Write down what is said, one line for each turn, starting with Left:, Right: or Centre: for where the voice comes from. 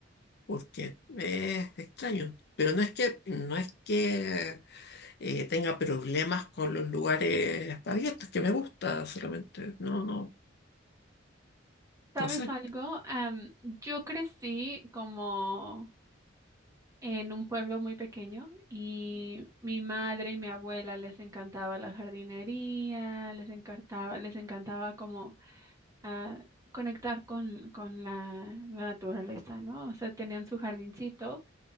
Left: porque es extraño. Pero no es que, no es que eh, tenga problemas con los lugares abiertos, que me gusta solamente. No, no,
Right: ¿Sabes
Left: no sé.
Right: algo? Am, yo crecí como en un pueblo muy pequeño y mi madre y mi abuela les encantaba la jardinería, les encantaba, les encantaba como ah, conectar con, con la, la naturaleza, ¿no? O sea, tenían su jardincito